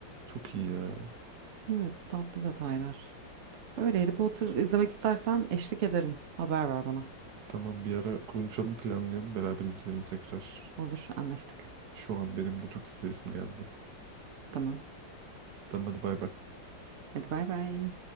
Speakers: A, on the right; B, on the right.
A: çok iyi ya.
B: Evet tatlı detaylar. Öyle Harry Potter izlemek istersen eşlik ederim. Haber ver bana.
A: Tamam bir ara konuşalım planlayalım beraber izleyelim tekrar.
B: Olur anlaştık.
A: Şu an benim de çok izleyesim geldi.
B: Tamam.
A: Tamam hadi bay bay.
B: Hadi bay bay.